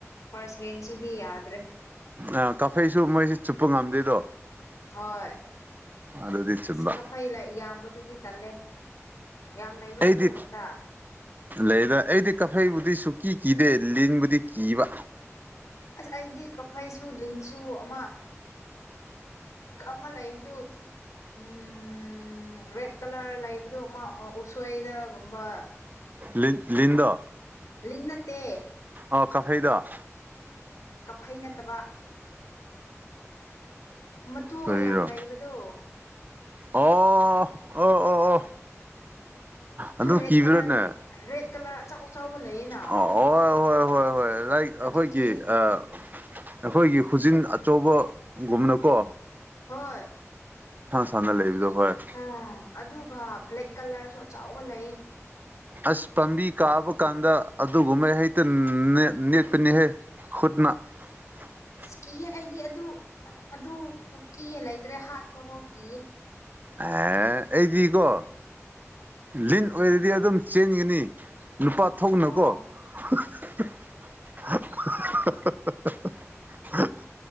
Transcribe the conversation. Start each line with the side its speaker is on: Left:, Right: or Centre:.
Left: ꯐꯥꯔꯁ ꯍꯦꯟꯁꯤꯗꯤ ꯌꯥ ꯌꯥꯗꯔꯦ
Right: ꯑ ꯀꯥꯐꯩꯁꯨ ꯃꯣꯏꯁꯤ ꯆꯨꯞꯄ ꯉꯝꯗꯦꯗꯣ
Left: ꯍꯣꯏ
Right: ꯑꯗꯨꯗꯤ ꯆꯨꯝꯕ
Left: ꯑꯁ ꯀꯐꯩ ꯌꯥꯝꯕꯗꯨꯗꯤ ꯇꯜꯂꯦ ꯌꯥꯝ ꯂꯩꯕ꯭ꯔꯥ
Right: ꯑꯩꯗꯤ
Left: ꯅꯣꯏꯔꯣꯝꯗ
Right: ꯂꯩꯗ ꯑꯩꯗꯤ ꯀꯐꯩꯕꯨ ꯗꯤ ꯁꯨꯀꯤ ꯀꯤꯗꯦ ꯂꯤꯟꯕꯨꯗꯤ ꯀꯤꯕ
Left: ꯑꯁ ꯑꯩꯗꯤ ꯀꯐꯩꯁꯨ ꯂꯤꯟꯁꯨ ꯑꯃ ꯀꯑꯂ ꯂꯩꯕꯗꯨ ꯎꯝ ꯔꯦꯠ ꯀꯂꯔ ꯂꯩꯕꯗꯣ ꯃꯥ ꯎꯁꯣꯏꯗꯒꯨꯝꯕ
Right: ꯂꯤꯟ ꯂꯤꯟꯗꯣ
Left: ꯂꯤꯟ ꯅꯠꯇꯦ
Right: ꯑꯣ ꯀꯐꯩꯗꯣ
Left: ꯀꯐꯩ ꯅꯠꯇꯕ ꯃꯇꯨꯒ
Right: ꯀꯔꯤꯔꯣ
Left: ꯌꯥꯝ ꯂꯩꯕꯗꯣ
Right: ꯑꯣ ꯑꯣ ꯑꯣ ꯑꯗꯨ
Left: ꯔꯦꯠ
Right: ꯀꯕꯔꯅꯦ
Left: ꯀꯂꯔ ꯔꯦꯠ ꯀꯂꯔ ꯑꯆꯥꯎ ꯑꯆꯥꯎꯕ ꯂꯩꯌꯦꯅ
Right: ꯑ ꯑꯣ ꯍꯣꯏ ꯍꯣꯏ ꯍꯣꯏ ꯂꯥꯏ ꯑꯩꯈꯣꯏꯒꯤ
Left: ꯑꯗꯨ ꯀꯤꯌꯦ
Right: ꯑꯩꯈꯣꯏꯒꯤ ꯍꯨꯖꯤꯟ ꯑꯆꯧꯕꯒꯨꯝꯕꯅꯀꯣ
Left: ꯍꯣꯏ
Right: ꯁꯥꯟꯅ ꯂꯩꯕꯗꯣ ꯍꯣꯏ
Left: ꯑꯥ ꯑꯗꯨꯒ ꯕ꯭ꯂꯦꯛ ꯀꯂꯔꯁꯨ ꯑꯆꯥꯎꯕ ꯂꯩꯌꯦ
Right: ꯑꯁ ꯄꯥꯝꯕꯤ ꯀꯥꯕ ꯀꯥꯟꯗ ꯑꯗꯨꯒꯨꯝꯕ ꯍꯦꯛꯇ ꯅꯦꯠ ꯅꯦꯠꯄꯅꯤꯍꯦ ꯈꯨꯨꯠꯅ <inaudible>
Left: ꯀꯤꯌꯦ ꯑꯩꯗꯤ ꯑꯗꯨ ꯑꯗꯨ ꯈꯨꯀꯤꯌꯦ ꯂꯩꯇ꯭ꯔꯦ ꯍꯥꯠꯄꯐꯥꯎ ꯀꯤꯌꯦ
Right: ꯑꯦ ꯑꯩꯗꯤꯀꯣ ꯂꯤꯟ ꯑꯣꯏꯔꯗꯤ
Left: ꯎꯝ
Right: ꯑꯗꯨꯝ ꯆꯦꯟꯒꯅꯤ ꯂꯨꯄꯥ ꯊꯣꯛꯅꯀꯣ
Left: ꯑꯣ
Right: <unintelligible>